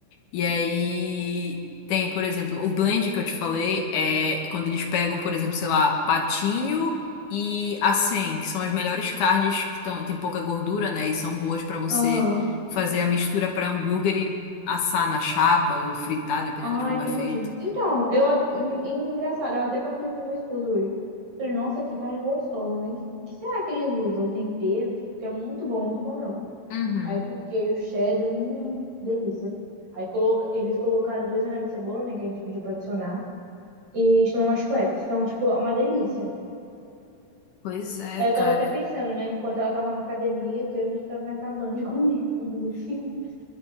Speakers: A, on the left; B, on the right.
A: E aí tem, por exemplo, o blend que eu te falei é quando eles pegam, por exemplo, sei lá, patinho e acém, que são as melhores carnes que tão, tem pouca gordura, né? E são boas pra você
B: aham.
A: fazer a mistura pra hambúrguer e assar na chapa ou fritar, dependendo
B: Ah,
A: de como
B: entendi.
A: é feito.
B: Então, eu. a- en- Engraçado, eu até perguntei pro meu esposo hoje. Falei, nossa, que carne gostosa, né? Que, que será que eles usam? O tempero, tipo, que é muito bom, muito bom mesmo.
A: Uhum.
B: Aí com queijo cheddar, hum, delícia. Aí coloca, eles colocaram dois anéis de cebola, né, que a gente pediu pra adicionar. e chamam umas wraps. Então, tipo, é uma delícia.
A: Pois é,
B: Aí eu
A: cara.
B: tava até pensando, né, enquanto ela tava na academia, que hoje tá me acabando de comer hambúrguer. <laughs>